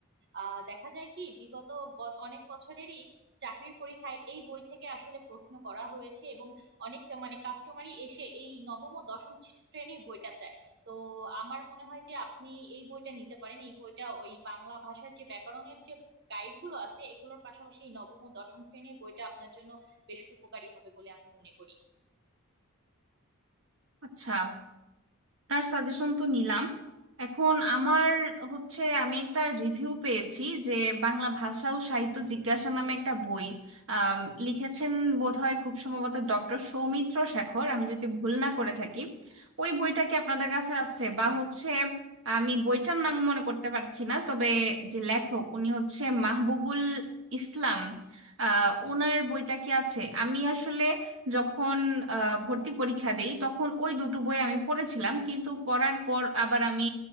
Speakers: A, on the right; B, on the right.
A: আহ দেখা যায় কি বিগত ব- অনেক বছরেরই চাকরির পরীক্ষায় এই বই থেকে আসলে প্রশ্ন করা হয়েছে এবং অনেক মানে কাস্টমারই এসে এই নবম ও দশম শ্রে- শ্রেণীর বইটা চায় তো আমার মনে হয় যে আপনি এই বইটা নিতে পারেন এই বইটা ওই বাংলা ভাষার যে ব্যাকরণের যে গাইড গুলো আছে এগুলোর পাশাপাশি এই নবম ও দশম শ্রেণীর বইটা আপনার জন্য বেশ উপকারী হবে বলে আমি মনে করি
B: আচ্ছা আপনার সাজেশন তো নিলাম এখন আমার হচ্ছে আমি একটা রিভিউ পেয়েছি যে বাংলা ভাষা ও সাহিত্য জিজ্ঞাসা নামে একটা বই আম, লিখেছেন বোধহয় খুব সম্ভবত ডক্টর সৌমিত্র শেখর আমি যদি ভুল না করে থাকি ওই বইটা কি আপনাদের কাছে আছে বা হচ্ছে আমি বইটার নাম মনে করতে পারছি না তবে যে লেখক উনি হচ্ছে মাহবুবুল ইসলাম আহ ওনার বইটা কি আছে আমি আসলে যখন আহ, ভর্তি পরীক্ষা দেই তখন ওই দুটো বই আমি পড়েছিলাম কিন্তু পড়ার পর আবার আমি